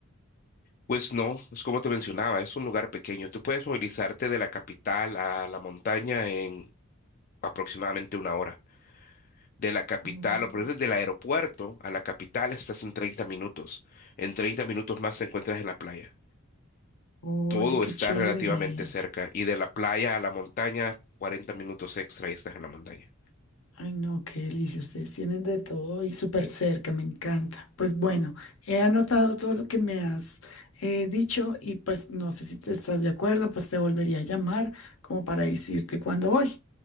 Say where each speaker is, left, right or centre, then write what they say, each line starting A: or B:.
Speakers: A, on the left (about 40°); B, on the left (about 70°).
A: Pues no, es como te mencionaba, es un lugar pequeño. Tú puedes movilizarte de la capital a la montaña en aproximadamente una hora. De la capital,
B: Oh,
A: o por ejemplo, del aeropuerto a la capital estás en 30 minutos. En 30 minutos más te encuentras en la playa.
B: Oye,
A: Todo
B: qué
A: está
B: chévere.
A: relativamente cerca. Y de la playa a la montaña, 40 minutos extra y estás en la montaña.
B: Ay, no, qué delicia. Ustedes tienen de todo y súper cerca, me encanta. Pues bueno, he anotado todo lo que me has eh, dicho y pues no sé si te estás de acuerdo, pues te volvería a llamar como para decirte cuándo voy.